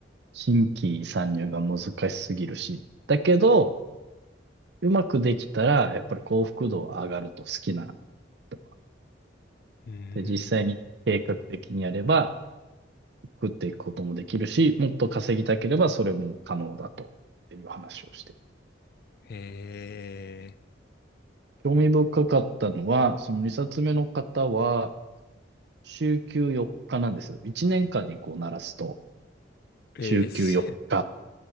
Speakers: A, on the right (about 60°); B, on the left (about 55°).
A: 新規参入が難しすぎるし、だけど、うまくできたら、やっぱり幸福度は上がると好きな人。
B: うん、う
A: で、実際に計画的にやれば、
B: ん
A: 食っていくこともできるし、もっと稼ぎたければそれも可能だと、っていう話をして。
B: へえ
A: 興味深かったのは、その2冊目の方は、週休4日なんですよ。1年間にこう鳴らすと、
B: ー、
A: 週休4日。
B: えー、し、<laughs>